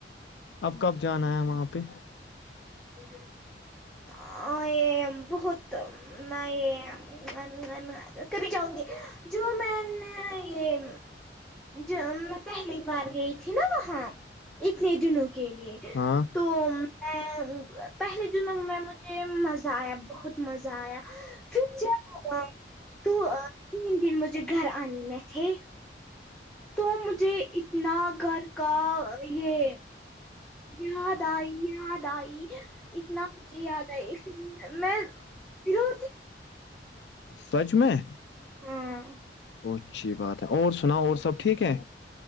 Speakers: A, on the left; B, in the centre.
A: اب کب جانا ہے وہاں پہ
B: <inaudible> آ یہ بہت نیے کبھی جاؤں گی جو میں نے یہ ج میں پہلی بار گئی تھی نا ہاں اتنے دنوں کے لیے
A: ہاں
B: تو ا پہلے جنوں میں مجھے مزہ آیا بہت مزہ آیا پھر ج تو تین دن مجھے گھر آنے م تھے تو مجھے اتنا گھر کا یہ یاد آئی یاد آئی اتنا مجھے یاد نہیں میں پ رو
A: سوچ میں
B: ہاں
A: ب اچھی بات ہے اور سنا اور سب ٹھیک ہے